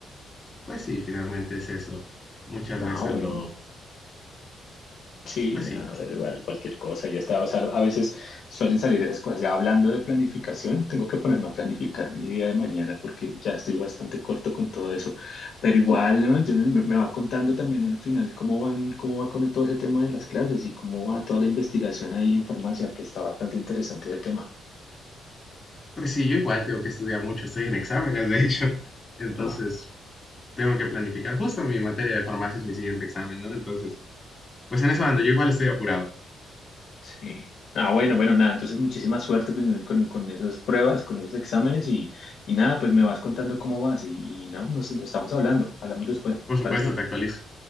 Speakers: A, on the left (about 25°); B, on the left (about 60°).
A: Pues sí, finalmente es eso. Muchas
B: No,
A: veces
B: bueno,
A: lo...
B: sí,
A: Pues, pues
B: nada,
A: sí.
B: pero igual cualquier cosa. Yo estaba, o sea, a veces suelen salir esas cosas. Ya hablando de planificación, tengo que ponerme a planificar mi día de mañana porque ya estoy bastante corto con todo eso. Pero igual, ¿no? Yo me, me va contando también al final cómo van, cómo va con todo ese tema de las clases y cómo va toda la investigación ahí en farmacia, que está bastante interesante ese tema.
A: Pues sí, yo igual tengo que estudiar mucho. Estoy en exámenes, de hecho. <laughs> Entonces,
B: ¿no?
A: tengo que planificar. Justo mi materia de farmacia es mi siguiente examen, ¿no? Entonces, pues en eso ando. Yo igual estoy apurado.
B: Sí. Ah, bueno, bueno, nada, entonces muchísima suerte pues, con, con esas pruebas, con esos exámenes y, y nada, pues me vas contando cómo vas y, y no, nos, nos estamos hablando, hablamos después,
A: Por
B: ¿te
A: supuesto,
B: parece?
A: te actualizo.